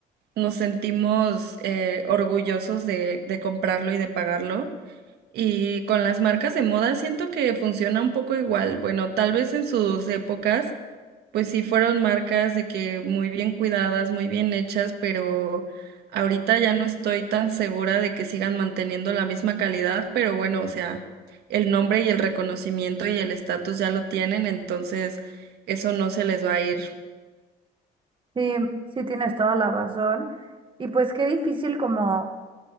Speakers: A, on the right (about 75°); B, on the right (about 30°).
A: nos sentimos eh, orgullosos de, de comprarlo y de pagarlo. Y con las marcas de moda siento que funciona un poco igual. Bueno, tal vez en sus épocas pues sí, fueron marcas de que muy bien cuidadas, muy bien hechas, pero ahorita ya no estoy tan segura de que sigan manteniendo la misma calidad, pero bueno, o sea, el nombre y el reconocimiento y el estatus ya lo tienen, entonces eso no se les va a ir.
B: Sí, sí tienes toda la razón. Y pues qué difícil como